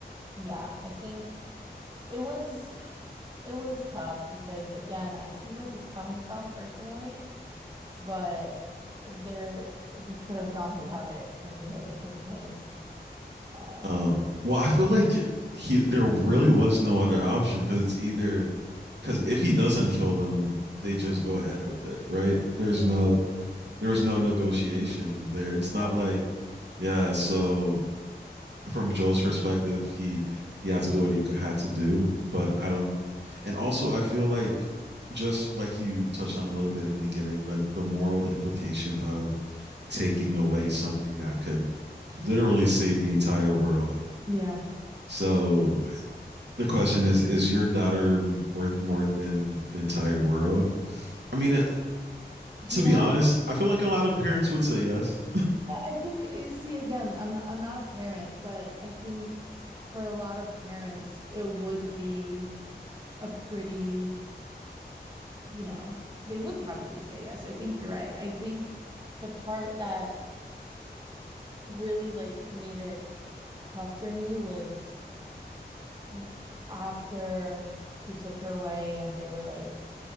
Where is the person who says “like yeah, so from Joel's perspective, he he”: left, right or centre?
Right